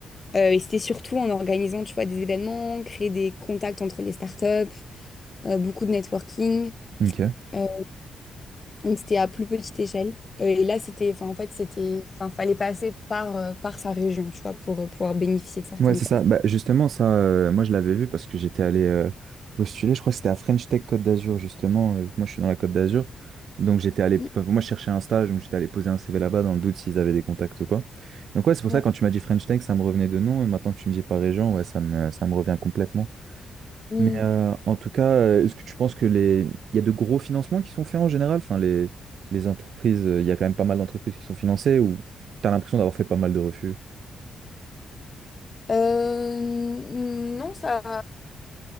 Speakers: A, on the left; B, on the right.
A: Euh, et c'était surtout en organisant, tu vois, des événements, créer des contacts entre les startups, euh, beaucoup de networking.
B: ok.
A: Euh, donc c'était à plus petite échelle. Euh, et là, c'était, enfin, en fait, c'était, enfin, fallait passer par, euh, par sa région, tu vois, pour euh, pouvoir bénéficier de certaines
B: Ouais, c'est ça.
A: aides.
B: Bah, justement, ça, euh, moi, je l'avais vu parce que j'étais allé euh, postuler. Je crois que c'était à French Tech Côte d'Azur, justement. euh, vu que moi, je suis dans la Côte d'Azur. Donc, j'étais allé.
A: Mm,
B: enfin, Moi, je cherchais un stage, donc j'étais allé poser un CV là-bas dans le doute s'ils avaient des contacts ou quoi. Donc, ouais, c'est pour
A: ouais,
B: ça, quand tu m'as dit French Tech, ça me revenait de nom. Et maintenant que tu me dis par région, ouais, ça me, ça me revient complètement.
A: mm.
B: Mais euh, en tout cas, euh, est-ce que tu penses que les... il y a de gros financements qui sont faits en général? Enfin, les, les entreprises, euh, il y a quand même pas mal d'entreprises qui sont financées ou t'as l'impression d'avoir fait pas mal de refus?
A: Euh, non, ça,